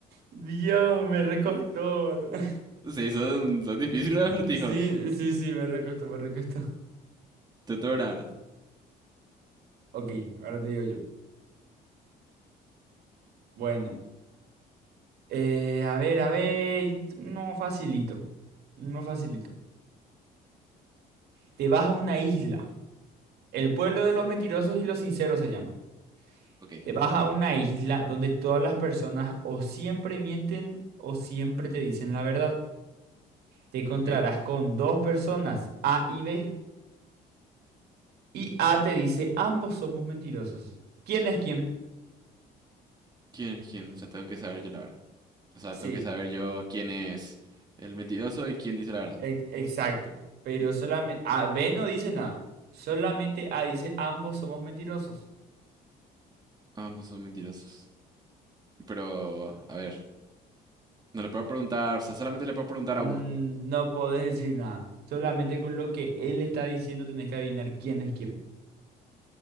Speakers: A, on the right; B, on the right.
A: Dios, me recostó. <laughs>
B: Sí, son, son difíciles los acertijos.
A: Sí, sí, sí, me recostó, me recostó.
B: Te turno ahora.
A: Ok, ahora te digo yo. Bueno, eh, a ver, a ver. No facilito. No facilito. Te vas a una isla. El pueblo de los mentirosos y los sinceros se llama.
B: Ok,
A: Te vas a una isla donde todas las personas o siempre mienten o siempre te dicen la verdad. Te encontrarás
B: ok.
A: con dos personas, A y B, y A te dice, ambos somos mentirosos. ¿Quién es quién?
B: ¿Quién es quién? O sea, tengo que saber yo la verdad. O sea,
A: Sí,
B: tengo que saber yo quién es el mentiroso y quién dice la verdad.
A: e- exacto. Pero solamente A, B no dice nada. Solamente A dice, ambos somos mentirosos.
B: Ambos son mentirosos. Pero, a ver, no le puedo preguntar, o sea, solamente le puedo preguntar
A: Mm,
B: a uno.
A: No podés decir nada. Solamente con lo que él está diciendo tenés que adivinar quién es quién.